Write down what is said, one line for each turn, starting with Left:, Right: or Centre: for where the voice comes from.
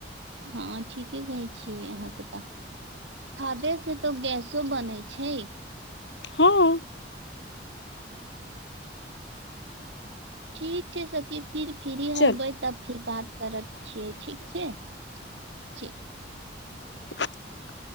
Right: हँ ठीके कहै छियै अहाँके तऽ खादे से तो गैसो बनै छै
Left: हँ
Right: ठीक छै सखी फिर फ्री
Left: चल
Right: हबै तब फिर बात करैत छियै ठीक छै ठीक
Left: ठीक। <inaudible>